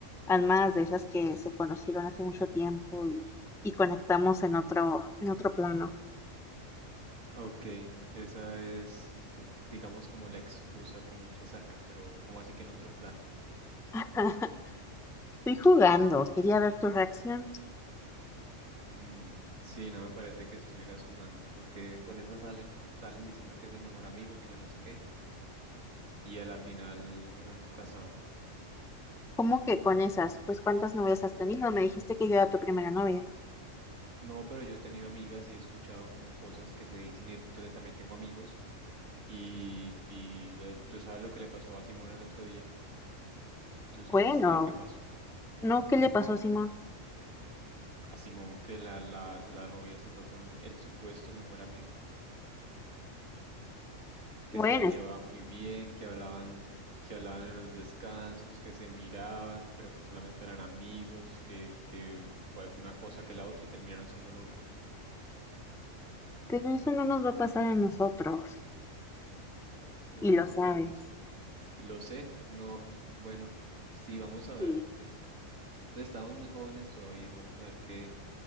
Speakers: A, in the centre; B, on the right.
A: Almas de esas que se conocieron hace mucho tiempo y, y conectamos en otro, en otro plano.
B: Ok, esa es, digamos, como la excusa que muchas sacan, pero ¿cómo así que en otro plano?
A: <laughs> Estoy jugando, quería ver tu reacción.
B: Mm, sí, no me parece que estuvieras jugando, porque con esa salen, salen diciendo que es el mejor amigo, que yo no sé qué, y a la final uno nunca sabe.
A: ¿Cómo que con esas? Pues ¿cuántas novias has tenido? Me dijiste que yo era tu primera novia.
B: No, pero yo he tenido amigas y he escuchado como cosas que se dicen y entonces también tengo amigos y, y eh, tú sabes lo que le pasó a Simón el otro día. ¿Tú supiste
A: Bueno,
B: lo que pasó
A: no, ¿qué le pasó a Simón?
B: a Simón, que la, la, la novia se fue con el supuesto mejor amigo, que
A: Bueno,
B: se la llevaba
A: es-
B: muy bien, que hablaban, que hablaban en los descansos, que se miraban, pero que solamente eran amigos, que, que fue una cosa que la otra y terminaron siendo novios?
A: pero eso no nos va a pasar a nosotros,
B: Bueno,
A: y lo
B: esperemos.
A: sabes.
B: Lo sé, no, bueno, sí, vamos a ver,
A: Y
B: pues. Pues, Estamos muy jóvenes todavía, vamos a ver qué,